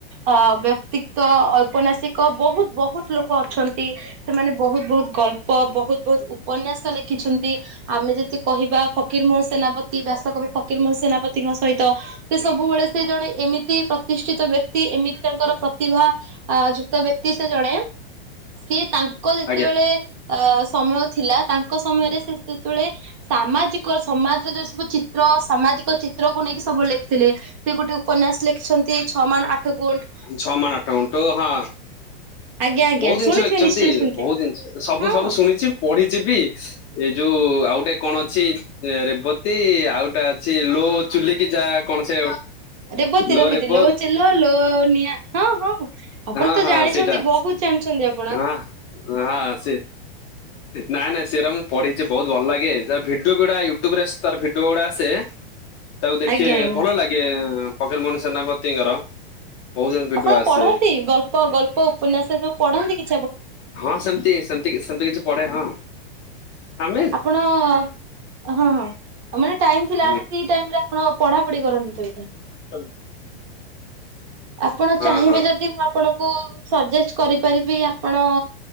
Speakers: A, on the right (about 35°); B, on the left (about 25°).
A: ଅ ବ୍ୟକ୍ତିତ୍ଵ ଔପନ୍ୟାସିକ, ବହୁତ ବହୁତ ଲୋକ ଅଛନ୍ତି, ସେମାନେ ବହୁତ ବହୁତ ଗଳ୍ପ, ବହୁତ ବହୁତ ଉପନ୍ୟାସ ଲେଖିଛନ୍ତି, ଆମେ ଯଦି କହିବା ଫକୀର ମୋହ ସେନାପତି, ବ୍ୟାସକବି ଫକୀର ମୋହ ସେନା ପତିଙ୍କ ସହିତ, ସେ ସବୁବେଳେ ସେ ଜଣେ ଏମିତି ପ୍ରତିଷ୍ଠିତ ବ୍ୟକ୍ତି, ଏମିତି ତାଙ୍କର ପ୍ରତିଭା ଆ ଯୁକ୍ତ ବ୍ୟକ୍ତି ସେ ଜଣେ ସିଏ ତାଙ୍କ ଯେତେବେଳେ
B: ଆଜ୍ଞା
A: ଆ ସମୟ ଥିଲା ତାଙ୍କ ସମୟରେ ସେ ସେତେବେଳେ ସାମାଜିକ ସମାଜ ଯଉ ସବୁ ଚିତ୍ର ସାମାଜିକ ଚି ତ୍ରକୁ ନେଇକି ସବୁବେଳେ ଲେଖିଥିଲେ। ସେ ଗୋଟେ ଉପନ୍ୟାସ୍ ଲେଖିଛନ୍ତି ଛଅ ମାଣ୍ ଆଠ ଗୁଣ୍ଠ୍।
B: ଛଅ ମାଣ ଆଠ ଗୁଣ୍ଠ୍ ହଁ।
A: ଆଜ୍ଞା ଆଜ୍ଞା
B: ବହୁତ ଜିନିଷ
A: ଶୁଣିଥିବେ
B: ଲେଖିଛନ୍ତି
A: ନିଶ୍ଚୟ ଶୁଣିଥିବେ
B: ବହୁତ ଜିନିଷ ସବୁ
A: ହଁ।
B: ସବୁ ଶୁଣିଛି ପଢିଛି ବି। ଏଇ ଯୋଉ ଆଉ ଅଟେ କଣ ଅଛି, ଏ ରେବତୀ ଆଉ ଗୋଟେ ଅଛି ଲୋ ଚୁଲିକି ଯା। କଣ ସେ
A: ରେବତୀରବି
B: ଲୋ ରେବ
A: ଦିଲୋ ଚିଲ ଲୋ ନିଆଁ ହଁ ହଁ। ଆପଣ
B: ହଁ
A: ତ
B: ହଁ
A: ଜାଣିଛନ୍ତି
B: ସେଇଟା
A: ବହୁତ ଜାଣିଛନ୍ତି ଆପ୍
B: ହଁ <unintelligible> ସେ ନାନା ସେରମ୍ ପଢିଚି ବହୁତ୍ ଭଲ ଲାଗେ ତା ଭିଡିଓ ପୁଡ଼ା ୟୁଟୁବରେ ସି ତାର୍ ଭି ଡୋଡ଼ା ଆସେ ତାକୁ ଦେଖେ
A: ଆଜ୍ଞା ଆଜ୍ଞା
B: ଭଲ ଲାଗେ। ଫକିର୍ ମୋହନ ସେନାପତିଙ୍କର। ବହୁତ ଜଣ ଭିଡିଓ
A: ଆପଣ
B: ଆସେ।
A: ପଢ଼ନ୍ତି ଗଳ୍ପ ଗଳ୍ପ ଉପନ୍ୟାସ ସବୁ ପଢନ୍ତି କି?
B: ହଁ ସେମତି ସେମତି କିଛି ସେମତି କିଛି ପଢେ ହଁ। ଆମେ
A: ଆପଣ ହଁ ହଁ ମାନେ ଟାଇମ ଥିଲା
B: ହୁଁ,
A: ଫ୍ରୀ ଟାଇମ ଆପଣ ପଢାପଢି କରନ୍ତି ତବେ ତେବେ ତାହା।
B: <unintelligible>
A: ଆପଣ
B: ହଁ
A: ଚାହିଁବେ
B: ହଁ
A: ଯଦି ମୁଁ ଆପଣଙ୍କୁ ସଜେଷ୍ଟ କରିପାରିବି ଆପଣ ଉ